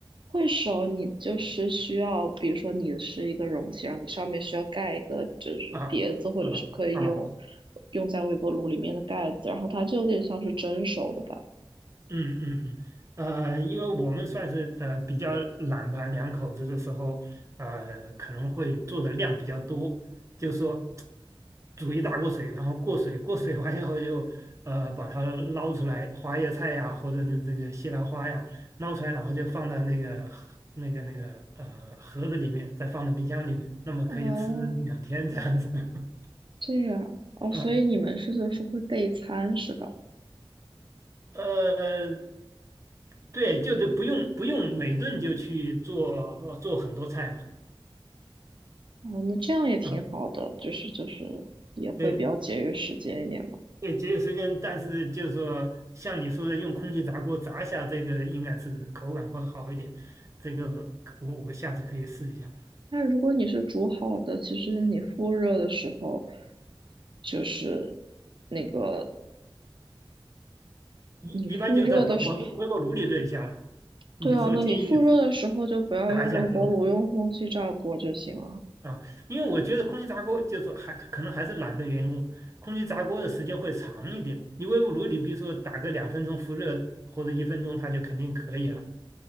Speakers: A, on the right; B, on the right.
A: 会熟，你就是需要，比如说你是一个容器，然后你上面需要盖一个就是碟子，
B: 啊
A: 或者是可以用
B: 啊啊，
A: 用在微波炉里面的盖子，然后它就有点像是蒸熟的吧？
B: 嗯嗯嗯，呃，因为我们算是呃比较懒吧，两口子的时候，呃，可能会做的量比较多，就是说煮一大锅水，然后过水，过水完以后就呃把它捞出来，花椰菜呀，或者是这个西兰花呀，捞出来，然后就放到那个盒那个那个呃盒子里面，再放到冰箱里面，那么可以吃两天这样子。
A: 哦，
B: <laughs>
A: 这样哦，
B: 呃
A: 所以你们是就是会备餐是吧？
B: 呃，对，就是不用不用每顿就去做呃做很多菜嘛，
A: 哦，那这样也挺好的，
B: 啊，
A: 就是就是也会比较节约时间一点吧。
B: 对对，节约时间，但是就是说像你说的，用空气炸锅炸一下这个应该是口感会好一点，这个我我下次可以试一下，
A: 那如果你是煮好的，其实你复热的时候，就是那个
B: 一一般就在微微波微波炉里热一下了，
A: 你复热的时候。
B: 你说建议
A: 对啊，那你复热的时候就不要用微波炉，
B: 炸一下是吧？
A: 用空气炸锅就行了。
B: 啊，因为我觉得空气炸锅就是还可能还是懒的缘故，空气炸锅的时间会长一点。你微波炉你比如说打个两分钟复热或者一分钟，它就肯定可以了。